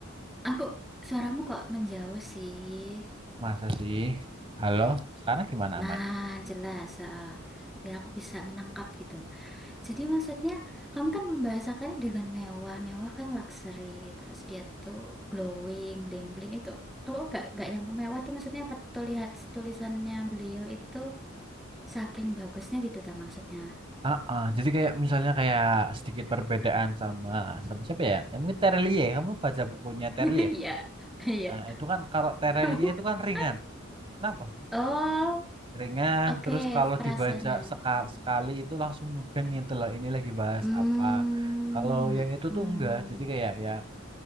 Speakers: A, in the centre; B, on the right (about 25°).
A: aku, suaramu kok menjauh sih.
B: Masa sih? Halo, sekarang gimana
A: Nah,
B: aman?
A: jelas. eh, biar aku bisa menangkap gitu. Jadi maksudnya kamu kan membahasakannya dengan mewah. Mewah kan luxury. Terus dia tuh glowing, bling-bling itu. Aku gak, gak nyampe mewah tuh maksudnya apa tuh lihat tulisannya beliau itu saking bagusnya gitu tuh maksudnya.
B: Ah, ah. Jadi kayak misalnya kayak sedikit perbedaan sama sama siapa ya? Ya mungkin Terlie. Kamu baca bukunya Terlie?
A: <laughs> Iya, iya.
B: Nah, itu kan kalau Terelie
A: <laughs>
B: itu kan ringan. Kenapa?
A: Oh,
B: Ringan,
A: oke
B: terus kalau
A: frasanya.
B: dibaca seka- sekali itu langsung mudeng gitu loh. Ini lagi bahas
A: Hmm,
B: apa. Kalau yang itu
A: hmm,
B: tuh enggak. Jadi kayak ya